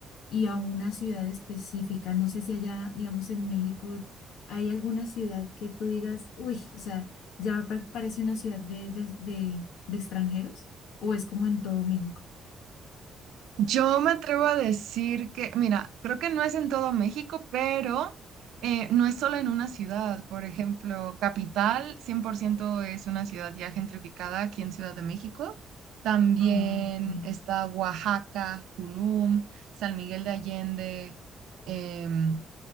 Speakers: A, on the left (about 80°); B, on the right (about 75°).
A: y a una ciudad específica. No sé si allá, digamos, en México hay alguna ciudad que tú digas, uy, o sea, ya pa- parece una ciudad de, de, de, de extranjeros o es como en todo México.
B: Yo me atrevo a decir que, mira, creo que no es en todo México, pero eh, no es solo en una ciudad. Por ejemplo, Capital 100% es una ciudad ya gentrificada aquí en Ciudad de México. También
A: Ah, ok.
B: está Oaxaca, Tulum, San Miguel de Allende, em,